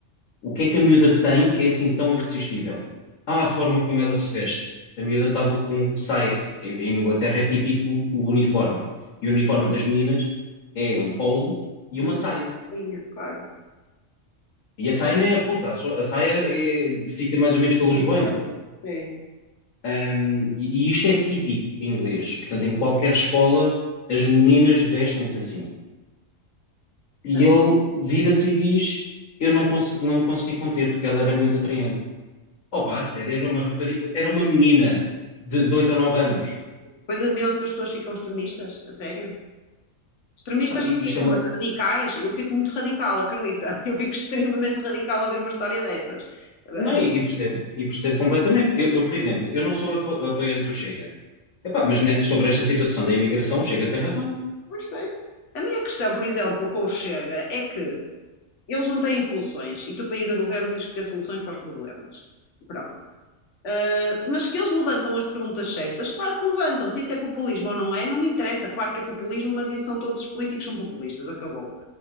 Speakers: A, on the left (about 85°); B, on the left (about 65°).
A: o que é que a miúda tem que é assim tão irresistível? Ah, a forma como ela se veste. A miúda estava com saia, porque em, em Inglaterra é típico o uniforme. E o uniforme das meninas é um polo e
B: É
A: uma
B: uma
A: saia.
B: coisinha, claro.
A: E a saia nem é curta, a sua- a saia é- fica mais ou menos pelo
B: Concordo.
A: joelho.
B: Sim,
A: Ahm, e, e isto é típico inglês. Portanto, em qualquer escola, as meninas vestem-se assim.
B: certo.
A: E ele vira-se e diz: Eu não, conse- não me consegui conter porque ela era muito atraente. Opa, a sério, era uma rapariga, era uma menina de, de 8 ou 9 anos.
B: Pois admiram-se que as pessoas ficam extremistas, a sério? Extremistas
A: Pá, i-
B: não digo,
A: isto é uma.
B: mas radicais. Eu fico muito radical, acredita? <laughs> Eu fico extremamente radical a ouvir uma história dessas. <laughs>
A: Não, e, e percebo, e percebo completamente. Eu, eu, por exemplo, eu não sou apo- apoiante do Chega. Epá, mas ne- sobre esta situação da imigração, o Chega tem razão.
B: Pois tem. A minha questão, por exemplo, com o Chega é que eles não têm soluções e tu, país a governo, tens que ter soluções para os problemas. Pronto. Uh, mas que eles levantam as perguntas certas, claro que levantam. Se isso é populismo ou não é, não me interessa. Claro que é populismo, mas isso são todos os políticos são populistas. Acabou.